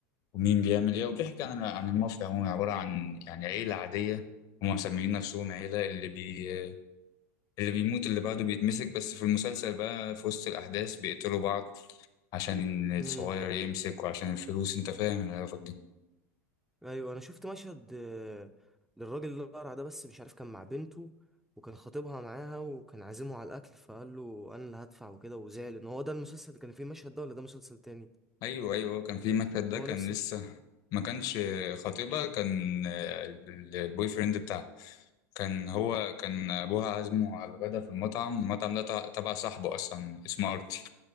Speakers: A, on the left (about 50°); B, in the centre.
A: ومين بيعمل ايه وبيحكي عن عن المافيا عموما عبارة عن يعني عيلة عادية هم مسميين نفسهم عيلة اللي بي اللي بيموت اللي بعده بيتمسك بس في المسلسل بقى في وسط الأحداث بيقتلوا بعض عشان الصغير
B: امم
A: يمسك وعشان الفلوس انت فاهم العلاقة دي
B: ايوه انا شفت مشهد آه، للراجل اللي اقرع ده بس مش عارف كان مع بنته وكان خطيبها معاها وكان عازمه على الاكل فقال له انا اللي هدفع وكده وزعل ان هو ده المسلسل اللي كان فيه المشهد ده ولا ده مسلسل تاني
A: ايوه ايوه كان في مشهد ده
B: هو
A: كان
B: نفس
A: لسه ما كانش خطيبها كان آه، ال- البوي فريند بتاعها كان هو كان ابوها عازمه على الغدا في المطعم المطعم ده تع- تبع صاحبه اصلا اسمه ارتي